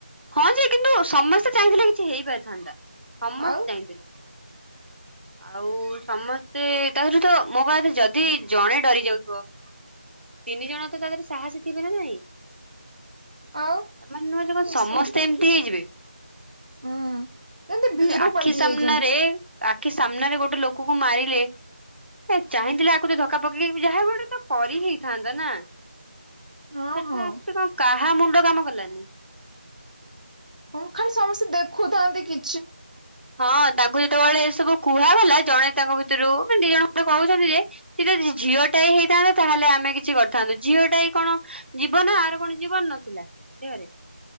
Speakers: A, on the right (about 75°); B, on the right (about 45°).
A: ହଁ ଯେ, କିନ୍ତୁ ସମସ୍ତେ ଚାହିଁଥିଲେ, କିଛି ହେଇପାରିଥାନ୍ତା! ସମସ୍ତେ
B: ଆଉ
A: ଚାହିଁଥିଲେ। <unintelligible> ଆଉ, ସମସ୍ତେ ତା ଧେରେ ତ ମୋ କହିବା କଥା, ଯଦି ଜଣେ ଡରି ଯାଉଥିବ! ତିନି ଜଣ ତ ତା ଦେହେରେ ସାହସୀ ଥିବେ ନା ନାଇଁ!
B: ଆଉ
A: ମାନେ ନୁହଁ, ଯେ ବସ୍
B: ଏ ସବୁ
A: ସେମତି ହେଇଯିବେ।
B: ହୁଁ ଯେମିତି
A: <inaudible>
B: ଭୀରୁ
A: ଆଖି
B: ପାଲଟି
A: ସାମ୍ନାରେ
B: ଯାଇଛନ୍ତି।
A: ଆଖି ସାମ୍ନାରେ ଗୋଟେ ଲୋକକୁ ମାରିଲେ। ଏ ଚାହିଁଥିଲେ ଆକୁ ତ ଧକ୍କା ପକେଇକି, ଯାହା ଗୋଟେ ତ କରି ହେଇଥାନ୍ତା ନା।
B: ହଁ
A: ସେଠରେ
B: ହଁ
A: ସେଠି କଁ, କାହା ମୁଣ୍ଡ କାମ କଲାନି?
B: ହଁ, ପା ଖାଲି ସମସ୍ତେ ଦେଖୁଥାନ୍ତି, କି
A: ହଁ, ତାଙ୍କୁ ଯେତେବେଳେ ଏ ସବୁ କୁହାଗଲା। ଜଣେ ତାଙ୍କ ଭିତରୁ ମାନେ ଦି ଜଣ ଖଣ୍ଡେ କହୁଛନ୍ତି, ଯେ ସେ ଯଦି ଝିଅ ଟାଏ ହେଇଥାନ୍ତତା, ତାହେଲେ ଆମେ କିଛି କରିଥାନ୍ତୁ। ଝିଅଟାଏ କଣ ଜୀବନ, ଆର କଣ ଜୀବନ ନଥିଲା ଦେହରେ।